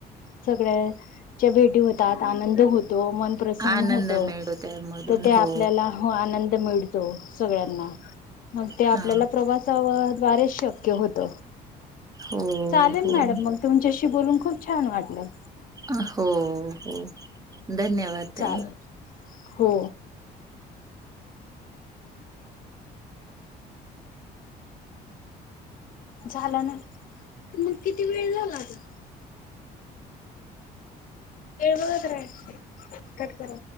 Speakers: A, on the left; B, on the right.
A: सगळ्याच्या भेटी होतात आनंद होत... तो मनप्रसन्न
B: आनंद
A: होत
B: मिळतो त्यामधून
A: तर ते आपल्याला
B: हो
A: आनंद मिळत.... सगळ्यांना मग ते आपल्याला
B: हा
A: प्रवासाद्वारेच शक्य होत...
B: हो
A: चालेल
B: हो
A: मॅडम मग तुमच्याशी बोलून खूप छान वाटलं...
B: हो हो धन्यवाद ताई...
A: चालेल हो.. झालं ना मग किती वेळ झाला आता... वळबसय कट करा..